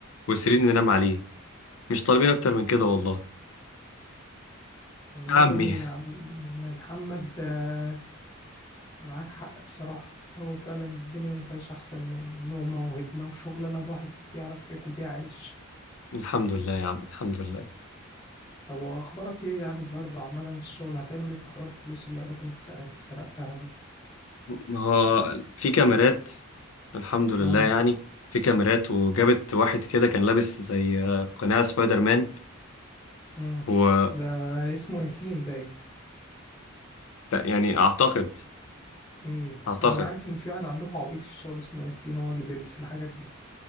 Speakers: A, on the left; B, on the left.
A: وسرير ننام عليه مش طالبين اكتر من كده
B: اه
A: والله
B: والله
A: يا عمي
B: يا عم محمد آه، معاك حق بصراحة هو فعلا الدنيا ما فيهاش احسن من نومة وهدمة وشغلانة الواحد يعرف ياكل بيها عيش
A: الحمد لله يا عم الحمد لله
B: هو اخبارك ايه يعني برضه عامة في الشغل هتعمل ايه في حوار الفلوس اللي قالوك انت سرقت- سرقتها دي
A: ما هو في كاميرات الحمد لله
B: اه
A: يعني في كاميرات وجابت واحد كده كان لابس زي قناع سبايدر مان
B: امم
A: و
B: ده اسمه ياسين باين
A: يعني اعتقد
B: امم
A: اعتقد
B: انا عارف ان في واحد عندكم عبيط في الشغل اسمه ياسين هو اللي بيلبس الحاجات دي